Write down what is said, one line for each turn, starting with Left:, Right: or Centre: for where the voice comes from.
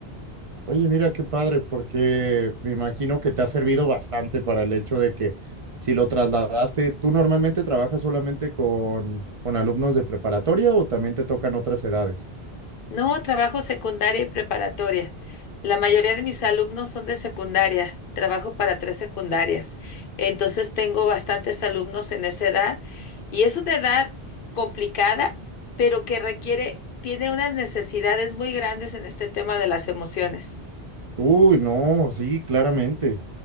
Right: Oye, mira qué padre, porque me imagino que te ha servido bastante para el hecho de que si lo trasladaste, ¿tú normalmente trabajas solamente con, con alumnos de preparatoria o también te tocan otras edades?
Left: No, trabajo secundaria y preparatoria. La mayoría de mis alumnos son de secundaria. Trabajo para tres secundarias. Entonces tengo bastantes alumnos en esa edad y es una edad complicada, pero que requiere, tiene unas necesidades muy grandes en este tema de las emociones.
Right: Uy, no, sí, claramente.